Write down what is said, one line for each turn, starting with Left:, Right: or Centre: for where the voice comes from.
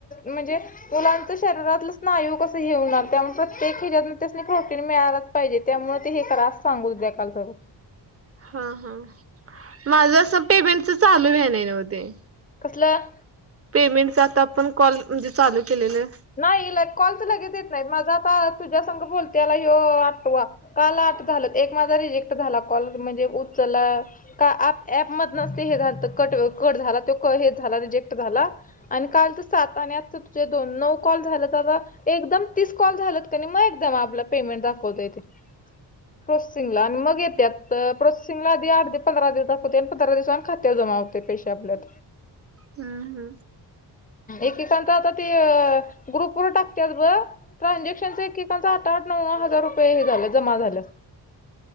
Left: म्हणजे. मुलांच शरीरातलं स्नायू कस घेऊन त्यामुळे प्रत्येक खिजत खोटीन मिळाला. पाहिजे त्यामुळ ते हे क्रास सांगू द्या काल तर.
Right: हा हा माझ असं पेमेंटच चालू आहे्या नाही नव्हते.
Left: कसलं.
Right: पेमेंट आता आपण कॉल म्हणजे चालू केलेलं.
Left: नाही कॉलच लगेच येत नाही माझा आता तुझ्या समगं बोलते याला ह आठवा. काल आठ झालं एक माझा रिजेक्ट झाला कॉल म्हणजे उचला. का आप ऍप मध नसते हे झा कट कट झाला त हे झाला रिजेक्ट झाला. आणि काल तू सात आणि आज तुझे दोन नऊ. कॉल झा आता एकदम तीस कॉल झाल क मग एकदम आपला पेमेंट दाखवतो येथे. प्रोसेसिंग ला आणि मग येत्या प्रोसेसिंगला आधी आठ पंधरा दिवसात होते आणि पंधरा दिवस खात जमा होते पैश आपल्यात.
Right: हम्म हम्म
Left: एकेकात आता ते ग्रुप वर टाकते बघ. ट्रानझॅक्शनचा एककां आठ आठ नऊ हजार रुपये हे झालं जमा झालं